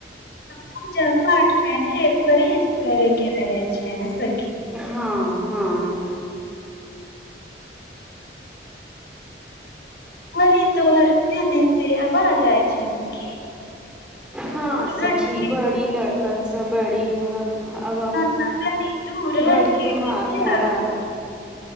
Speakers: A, on the left; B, in the centre.
A: पूजा पाँठ मे ढेर परहेज करे के रह छै ने सखी
B: हँ हँ
A: क तोर देने से अबाँ जाइ छै सखी
B: हँ
A: दूर
B: सखी
A: हट
B: बड़ी लड़क कनस बड़ी है आ
A: ना तनी दूर
B: बड़ी
A: हट के
B: दिमाग
A: किया
B: खराब